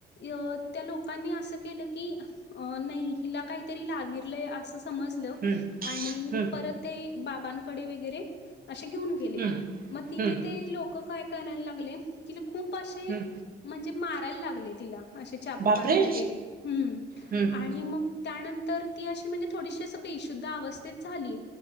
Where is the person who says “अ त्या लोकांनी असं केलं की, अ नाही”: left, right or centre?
Left